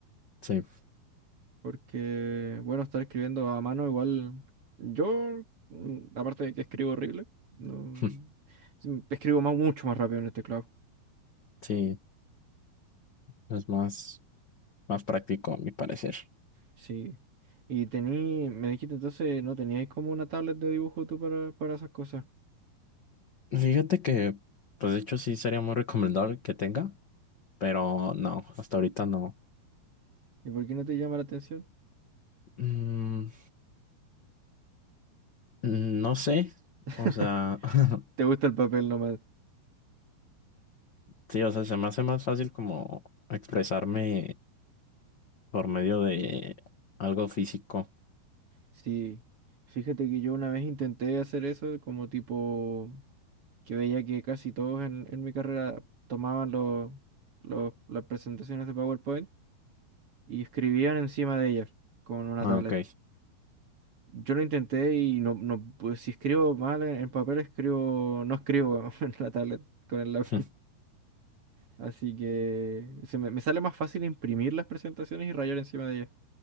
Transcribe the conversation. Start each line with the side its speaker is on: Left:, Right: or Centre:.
Left: Sí.
Right: Porque, bueno, estar escribiendo a mano igual. Yo, mm, aparte de que escribo horrible, no...
Left: <laughs>
Right: sí, escribo más, mucho más rápido en el teclado.
Left: Sí. Es más, más práctico, a mi parecer.
Right: Sí. Y tení, me dijiste entonces, ¿no teníais como una tablet de dibujo tú para, para esas cosas?
Left: Fíjate que, pues de hecho sí sería muy recomendable que tenga, pero no, hasta ahorita no.
Right: ¿Y por qué no te llama la atención?
Left: Mm, no sé,
Right: <laughs>
Left: o sea, <laughs>
Right: ¿Te gusta el papel nomás?
Left: sí, o sea, se me hace más fácil como expresarme por medio de algo físico.
Right: Sí, fíjate que yo una vez intenté hacer eso, como tipo que veía que casi todos en, en mi carrera tomaban los, los- las presentaciones de PowerPoint y escribían encima de ellas con una
Left: Ah,
Right: tablet.
Left: ok.
Right: Yo lo intenté y no, no, pues, si escribo mal en, en papel, escribo, no escribo <laughs> en la tablet con el lápiz.
Left: <laughs>
Right: Así que se me, me sale más fácil imprimir las presentaciones y rayar encima de ellas.